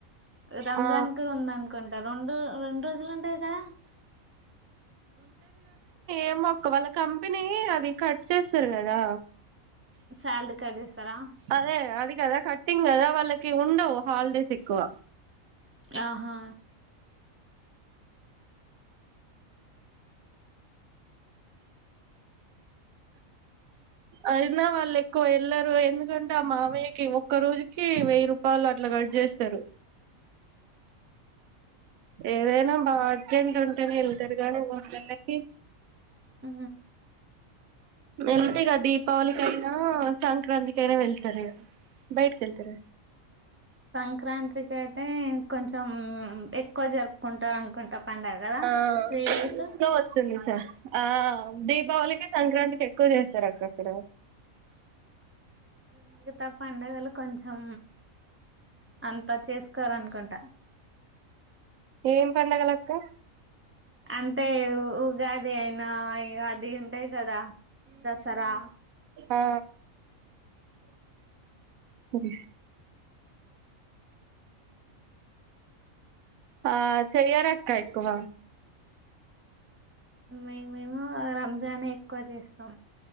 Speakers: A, on the right; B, on the right.
A: రంజాన్
B: ఆ
A: కూడా ఉంద అనుకుంటా రాం రెడు రోజుల త్తగా
B: ఏమొక్క వాళ్ళ కంపెనీ అది కట్ చేస్తారు కదా
A: శాలరీ కట్ చేస్తారా
B: అదే అది కదా కటింగ్ కదా వాళ్ళకి ఉండవ్ హాలిడేస్ ఎక్కువ
A: ఆహా
B: అయినా వాళ్ళు ఎక్కువ ఎళ్లరు ఎందుకంటే ఆ మామయ్యకి ఒక్క రోజుకి వెయ్యి రూపాయలు అట్లా కట్ చేస్తారు ఏదైనా బా అర్జెంట్ ఉంటేనే వెళ్తారు గానీ మూడ్ నెల్లకి
A: అ
B: వెళ్తే ఇక దీపావళి కైనా సంక్రాంతికైనా వెళ్తారు ఇడ బయట్కి వెళ్తార
A: సంక్రాంత్రికి అయితే కొంచెం ఎక్కువ జరుపుకుంటార్ అనుకుంటా పండగ కదా
B: ఆ
A: త్రీ డేస్
B: న్ లో వస్తుంది ఆ దీపావళికి సంక్రాంతికి ఎక్కువ చేస్తారు అక్కక్కడ
A: ఇగ మిగతా పండగలు కొంచెం అంత చేసుకోర్ అనుకుంటా
B: ఏం పండగలక్క
A: అంటే ఉగాది అన్ నా ఇగ అది ఉంటాయి కదా దసరా
B: ఆ సరే స్ ఆ చేయరక్క ఎక్కువ
A: మేమె ము రంజాన్ ఎక్కువ చేస్తాం